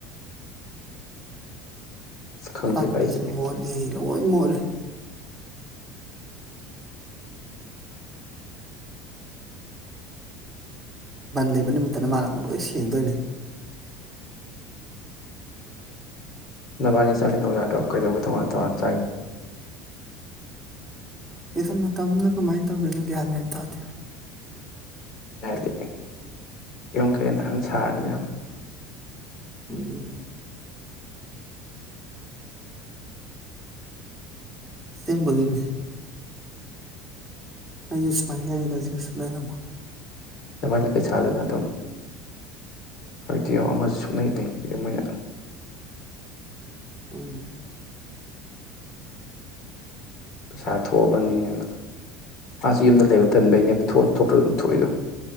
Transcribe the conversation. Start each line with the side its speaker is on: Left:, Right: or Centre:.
Centre: <unintelligible>
Left: ꯑꯁ ꯈꯪꯗꯦꯗ ꯑꯩꯗꯤ
Centre: <unintelligible> ꯂꯣꯢ ꯃꯣꯠꯂꯤ <unintelligible> <unintelligible> <unintelligible> <inaudible> <unintelligible> ꯕꯟꯗ ꯂꯩꯕꯥ ꯅꯨꯃꯤꯠꯇꯅ ꯃꯅꯥ <unintelligible>
Left: ꯅꯥꯕꯅꯤ ꯆꯥꯃꯤꯟꯅꯧ ꯌꯥꯗꯔꯣ ꯀꯩꯗꯧꯕꯩ ꯇꯣꯉꯥꯟ ꯇꯣꯉꯥꯟ ꯆꯥꯏꯅꯣ
Centre: ꯈꯪꯗꯦꯗ ꯃꯇꯝꯗꯨꯗ ꯀꯃꯥꯏꯅ ꯇꯧꯗꯣꯏꯅꯣ ꯒ꯭ꯌꯥꯟ ꯃꯦꯟ ꯇꯥꯗꯦ
Left: <unintelligible> <unintelligible> ꯌꯨꯝ ꯀꯩ ꯅꯥꯟ ꯁꯥꯔꯅꯤ ꯌꯦꯡꯉꫭ
Centre: ꯎꯝ ꯑꯁꯦꯡꯕꯒꯤꯅꯤ ꯑꯩꯁꯨ ꯁꯨꯃꯥꯏꯅ ꯂꯩꯔꯤꯒꯁꯦ ꯀꯩꯁꯨ ꯂꯩꯔꯝꯃꯣꯏ
Left: ꯅꯥꯕꯥꯅꯤ ꯄꯩꯁꯥꯗꯨꯅ ꯑꯗꯨꯝ ꯑꯩꯗꯤ ꯌꯦꯡ ꯑꯃꯁꯦ ꯁꯨꯡꯂꯩ ꯂꯩꯕꯤ ꯔꯝꯃꫭꯏ
Centre: ꯎꯝ
Left: ꯄꯩꯁꯥ ꯊꯣꯛꯑꯕꯅꯦꯅ ꯃꯥꯁꯨ ꯌꯨꯝꯗ ꯂꯩꯕ ꯇꯟꯕꯩꯅꯦ ꯊꫭꯛꯑꯁꯨ ꯊꫭꯛꯇꯔꯥꯁꯨ ꯑꯗꯨꯝ ꯊꫭꯛꯏꯗꫭ